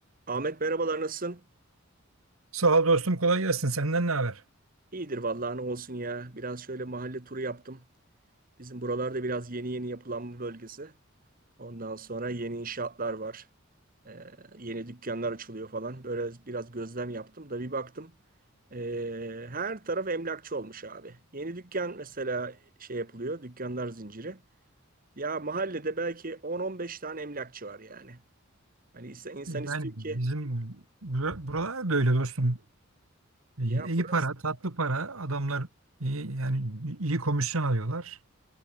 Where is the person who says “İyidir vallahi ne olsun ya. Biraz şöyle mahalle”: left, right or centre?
Right